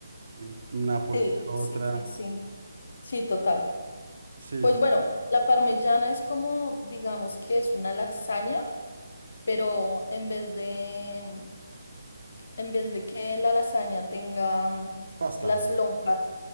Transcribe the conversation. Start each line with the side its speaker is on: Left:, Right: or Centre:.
Right: en Nápoles
Left: Sí,
Right: de otra.
Left: sí, sí, sí. Sí, total.
Right: Sí,
Left: Pues
Right: sí,
Left: bueno,
Right: sí.
Left: la parmellana es como, digamos que es una lasaña, pero en vez de, en vez de que la lasaña tenga mm,
Right: Pasta.
Left: las lonjas